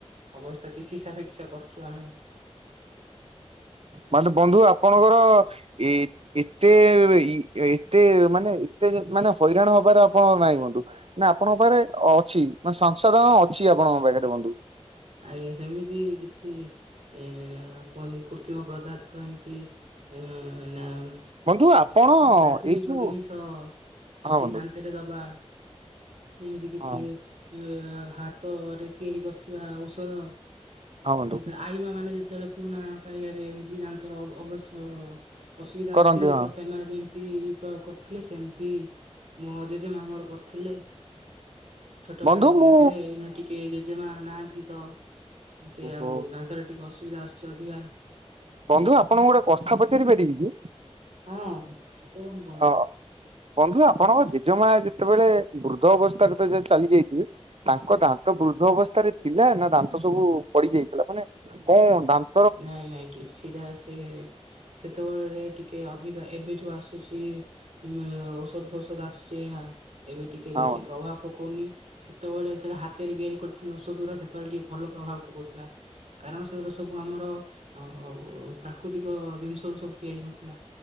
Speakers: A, on the right; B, on the right.
A: ଅବସ୍ଥା ଚିକିତ୍ସା ଫିକିତ୍ସା କରୁଛୁ ଆମେ।
B: ମାନେ ବନ୍ଧୁ ଆପଣଙ୍କର ଏଇ ଏତେ ଏତେ ମାନେ ଏତେ ମାନେ ହଇରାଣ ହବାର ଆପଣ ନାହିଁ ବନ୍ଧୁ। ନା ଆପଣଙ୍କ ପାଖରେ ଅଛି ମାନେ ସଂସୋଧନ ଅଛି ଆପଣଙ୍କ ପାଖରେ ବନ୍ଧୁ।
A: ଆଜ୍ଞା ସେମିତି କିଛି ଏ କୁହନ୍ତି କୃତ୍ରିମ ପଦାର୍ଥ ଏମିତି ହୁଁ <unintelligible>
B: ବନ୍ଧୁ ଆପଣ
A: ପ୍ରାକୃତିକ
B: ଏଇ ଯୋଉ
A: ଜିନିଷ ଅ କିଛି
B: ହଁ ବନ୍ଧୁ।
A: ଦାନ୍ତ ରେ ଦବା ଯେମିତି କିଛି
B: ହଁ।
A: ଏ ହାତରେ ତିଆରି କରିଥିବା ଔଷଧ
B: ହଁ ବନ୍ଧୁ।
A: ଯେତେବେଳେ ଆଇମା ମାନେ ଯେତେବେଳେ ପୁରୁଣା କାଳିଆରେ ଏମିତି ଦାନ୍ତର ଅବଶ୍ୟ ଅସୁବିଧା
B: କରନ୍ତି
A: ଆସିଥିଲା
B: ହଁ
A: ତ ସେମାନେ ଯେମିତି କି ପ୍ରୟୋଗ କରିଥିଲେ ସେମିତି ମୋ ଜେଜେମା ମୋର କରିଥିଲେ। ଛୋଟବେଳେ
B: ବନ୍ଧୁ ମୁଁ
A: ଯେବେ ଏଇନା ଟିକେ ଜେମା ନାହାନ୍ତି ତ ସେ
B: ଓହୋ
A: ଆଉ ଦାନ୍ତରେ ଟିକେ ଅସୁବିଧା ଆସୁଛି ଅଧିକା
B: ବନ୍ଧୁ ଆପଣଙ୍କୁ ଗୋଟେ କଥା ପଚାରି ପାରିବି କି?
A: ହଁ ପଚାରନ୍ତୁ ବନ୍ଧୁ।
B: ଅ ବନ୍ଧୁ ଆପଣଙ୍କ ଜେଜେମା ଯେତେବେଳେ ବୃଦ୍ଧ ଅବସ୍ଥାରେ ତ ଚାଲି ଯାଇଥିବେ ତାଙ୍କ ଦାନ୍ତ ବୃଦ୍ଧ ଅବସ୍ଥାରେ ଥିଲା ନା ଦାନ୍ତ ସବୁ ପଡି ଯାଇଥିଲା ମାନେ କଣ ଦାନ୍
A: ନାଇଁ ନାଇଁ କିଛିଟା ସେ ସେତେବେଳେରେ ଟିକେ ଅଧିକା ଏବେ ଯଉ ଆସୁଚି ଉଁ- ଔଷଧ ଫଉଷଦ୍ ଆସୁଚି ଏଇନା ଏବେ ଟିକେ ବେଶୀ
B: ହଁ
A: ପ୍ରଭାବ ପକଉନି ସେତେବେଳେ ଯେତେବେଳେ ହାତରେ ତିଆରି କରୁଥିଲୁ ଔଷଧ ଗୁରା ସେତେବେଳେ ଟିକେ ଭଲ ପ୍ରଭାବ ପକଉଥିଲା କାରଣ ସେଗୁରା ସବୁ ଆମର ଅ- ପ୍ରାକୃତିକ ଜିନିଷ ର ସବୁ ତିଆରି ହଉଥିଲା।